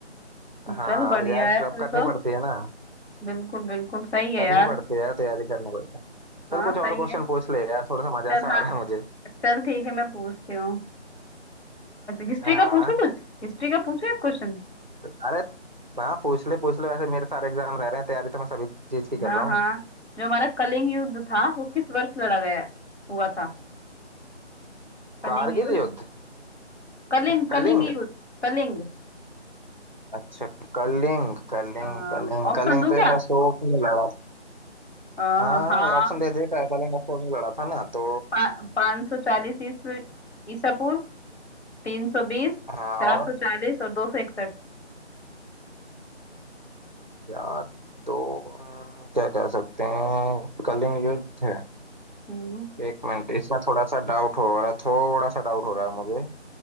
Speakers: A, on the right; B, on the left.
A: हाँ
B: चल बढ़िया
A: अब यार
B: है
A: अब
B: फिर
A: करनी
B: तो
A: पड़ती है ना
B: बिल्कुल बिल्कुल सही है
A: करनी
B: यार
A: पड़ती है यार तैयारी करनी पड़ती है
B: हाँ
A: चल कुछ और
B: सही
A: क्वेश्चन
B: है
A: पूछ ले यार थोड़ा सा मजा
B: चल
A: सा
B: हाँ
A: आ रहा है मुझे
B: चल ठीक है मैं पूछती हूँ हिस्ट्री
A: हाँ
B: का पूछूं कुछ हिस्ट्री का पूछूं एक क्वेश्चन
A: अरे हाँ पूछ ले पूछ ले वैसे मेरे सारे एग्जाम रह रहे हैं तैयारी तो मैं सभी चीज की कर
B: हाँ
A: रहा
B: हाँ
A: हूँ
B: जो हमारा कलिंग युद्ध था वो किस वर्ष लड़ा गया हुआ था कलिंग
A: कारगिल
B: युद्ध
A: युद्ध
B: कलिंग
A: अच्छा
B: कलिंग
A: कलिंग
B: युद्ध कलिंग
A: अच्छा कलिंग कलिंग
B: ऑप्शन
A: कलिंग कलिंग
B: दूं
A: तो यार
B: क्या
A: अशोक ने लड़ा था
B: अ,
A: हाँ
B: हाँ
A: ऑप्शन दे दे कलिंग अशोक ने लड़ा था ना तो
B: पाँच सौ चालीस ईसा पूर्व तीन सौ बीस
A: हाँ
B: चार
A: और
B: सौ चालीस और दो सौ इकसठ।
A: यार दो अम, क्या कह सकते हैं कलिंग युद्ध है
B: हम्म
A: एक मिनट इसमें थोड़ा सा डाउट हो रहा है थोड़ा सा डाउट हो रहा है मुझे